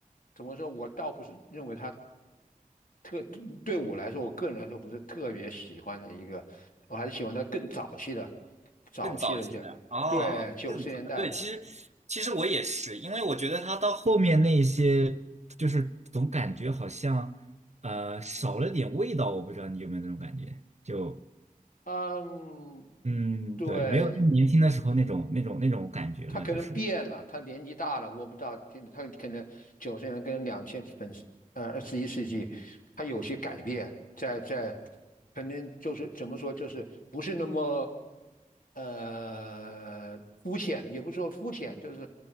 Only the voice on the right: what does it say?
更早期的啊，
更早，对，其实其实我也是，因为我觉得他到后面那一些，就是总感觉好像呃少了点味道，我不知道你有没有那种感觉，就
嗯，
对，没有他年轻的时候那种那种那种感觉了，
就是